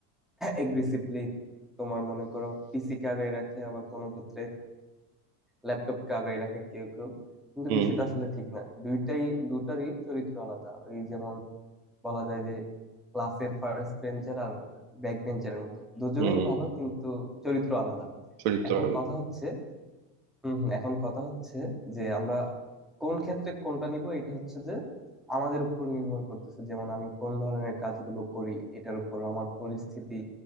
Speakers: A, in the centre; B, on the right.
A: এগ্রেসিভলি তোমার মনে করো পিসি কে আগায় রাখে আবার কোনো ক্ষেত্রে ল্যাপটপ কে আগায় রাখে কেউ কেউ কিন্তু
B: হুম
A: বিষয়টা আসলে ঠিক না দুইটাই দুটারই চরিত্র আলাদা এই যেমন বলা যায় যে ক্লাসের ফার্স্ট বেঞ্চের আর ব্যাক বেঞ্চের মতো দুজনেই
B: হুম
A: ভালো কিন্তু চরিত্র আলাদা
B: শরীর তো
A: এখন
B: আর-
A: কথা হচ্ছে হম হম এখন কথা হচ্ছে যে আমরা কোন ক্ষেত্রে কোনটা নিব এটা হচ্ছে যে আমাদের উপর নির্ভর করতেছে যেমন আমি কোন ধরনের কাজগুলো করি এটার উপর আমার পরিস্থিতি